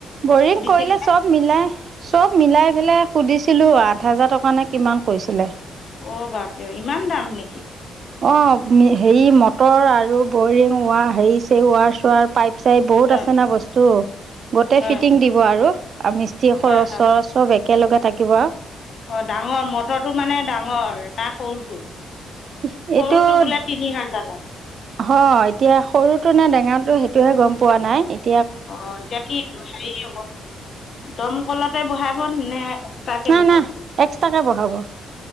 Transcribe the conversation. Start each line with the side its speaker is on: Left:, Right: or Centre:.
Right: বৰিং
Left: সুধিছিলনে
Right: কৰিলে চব মিলাই চব মিলাই পেলাই সুধিছিলো আঠ হাজাৰ টকা নে কিমান কৈছিলে।
Left: অ বাপৰে ইমান দাম নেকি?
Right: অ হেৰি মটৰ আৰু বৰিং ৱাৰ হেৰিছে ৱাৰ চাৰ পাইপ চাইপ বহুত
Left: হয়
Right: আছে না বস্তু গোটেই
Left: হয়
Right: ফিটিং দিব আৰু। আৰু মিস্ত্ৰী
Left: হয়
Right: খৰচ চৰচ সব একেলগে থাকিব আৰু।
Left: অ, ডাঙৰ মটৰটো মানে ডাঙৰ না সৰুটো?
Right: হিহ
Left: সৰুটো
Right: এইটোত
Left: বোলে তিনি হাজাৰ লাগে
Right: হয় এতিয়া সৰুটো নে ডেঙা ত'সেইটোহে গম পোৱা নাই এ
Left: অ, এতিয়া কি হেৰি হব দমকলতে বহাব নে এক্সট্ৰাকৈ
Right: নাই-নাই
Left: বহাব
Right: এক্সট্ৰাকে বহাব